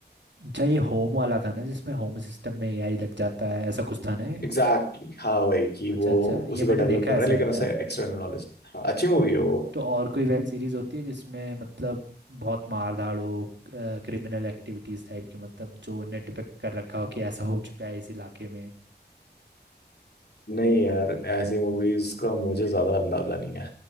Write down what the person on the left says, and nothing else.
एग्जैक्टली exactly, हाँ वही कि
वो
उसी
को डेवलप
कर
रहा
है लेकिन उसे
एक्सटर्नल नॉलेज हाँ अच्छी मूवी है वो
नहीं यार ऐसी मूवीज का मुझे ज्यादा अंदाजा नहीं है